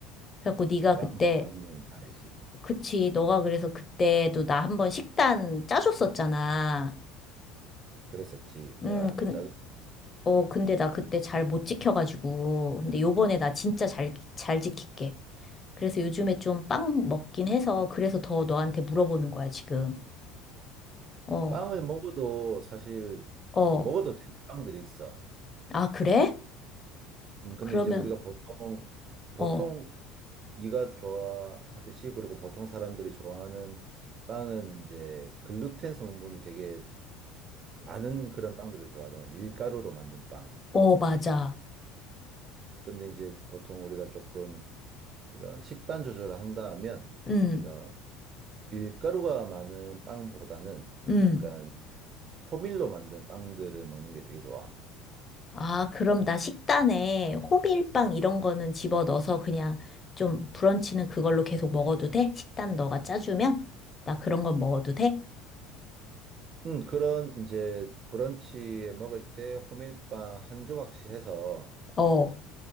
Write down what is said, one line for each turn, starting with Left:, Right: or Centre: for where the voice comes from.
Left: 그래갖고
Right: 네가
Left: 네가
Right: 빵
Left: 그때,
Right: 좋아하는 거는 다 알지.
Left: 그치. 너가 그래서 그때도 나 한번 식단 짜줬었잖아.
Right: 그랬었지. 내가
Left: 음,
Right: 한번
Left: 그,
Right: 짜줬어.
Left: 어, 근데 나 그때 잘 못 지켜가지고. 근데 요번에 나 진짜 잘, 잘 지킬게. 그래서 요즘에 좀 빵 먹긴 해서 그래서 더 너한테 물어보는 거야, 지금. 어,
Right: 빵을 먹어도 사실
Left: 어.
Right: 그 먹어도 되는 빵들이 있어.
Left: 아, 그래?
Right: 음, 근데
Left: 그러면,
Right: 이제 우리가 보통, 보통
Left: 어,
Right: 네가 좋아하듯이 그리고 보통 사람들이 좋아하는 빵은 이제 글루텐 성분이 되게 많은 그런 빵들을 좋아하잖아. 밀가루로 만든 빵.
Left: 어, 맞아.
Right: 근데 이제 보통 우리가 조금 이런 식단 조절을 한다 하면
Left: 음,
Right: 이런 밀가루가 많은 빵보다는
Left: 음.
Right: 약간 호밀로 만든 빵들을 먹는 게 되게 좋아.
Left: 아, 그럼 나 식단에 호밀빵 이런 거는 집어넣어서 그냥 좀 브런치는 그걸로 계속 먹어도 돼? 식단 너가 짜주면? 나 그런 건 먹어도 돼?
Right: 음, 그런 이제 브런치에 먹을 때 호밀빵 한 조각씩 해서
Left: 어, 어,